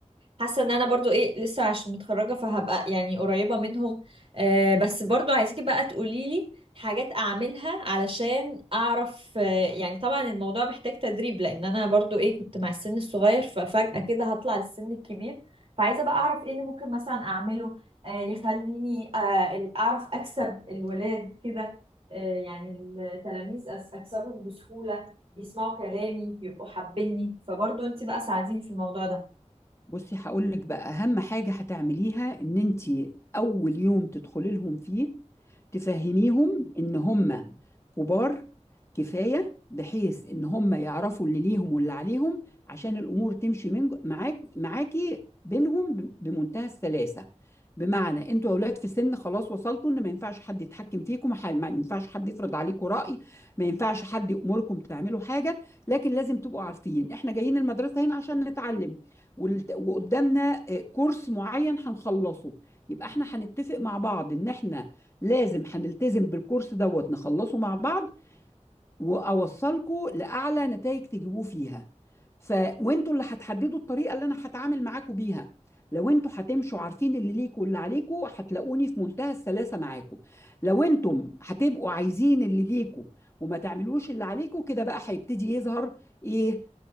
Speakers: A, on the right; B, on the left.
A: حاسة ان انا برضو ايه لسه عشان متخرجة فهبقى يعني قريبة منهم آه، بس برضو عايزك بقى تقوليلي حاجات اعملها علشان اعرف آه، يعني طبعا الموضوع محتاج تدريب لان انا برضو ايه كنت مع السن الصغير ففجأة كده هطلع للسن الكبير فعايزه بقى اعرف ايه اللي ممكن مثلا اعمله آه يخليني آه ال- اعرف اكسب الولاد كده آه يعني التلاميذ أس- اكسبهم بسهوله يسمعوا كلامي يبقوا حابيني فبرضه انت بقى ساعديني في الموضوع ده
B: بصي هقول لك بقى اهم حاجه هتعمليها ان انت اول يوم تدخلي لهم فيه تفهميهم ان هم كبار كفايه بحيث ان هم يعرفوا اللي ليهم واللي عليهم عشان الامور تمشي من معاك معاكي بينهم ب- بمنتهى السلاسه بمعنى انتوا اولاد في سن خلاص وصلتوا ان ما ينفعش حد يتحكم فيكم ح- ما ينفعش حد يفرض عليكم راي ما ينفعش حد يامركم تعملوا حاجه لكن لازم تبقوا عارفين احنا جايين المدرسه هنا عشان نتعلم والت- وقدامنا آه، كورس معين هنخلصه يبقى احنا هنتفق مع بعض ان احنا لازم هنلتزم بالكورس دوت نخلصه مع بعض واوصلكوا لاعلى نتائج تجيبوه فيها ف وانتوا اللي هتحددوا الطريقه اللي انا هتعامل معاكوا بيها لو انتوا هتمشوا عارفين اللي ليكوا واللي عليكوا هتلاقوني في منتهى السلاسه معاكوا لو انتم هتبقوا عايزين اللي ليكوا وما تعملوش اللي عليكوا كده بقى هيبتدي يظهر ايه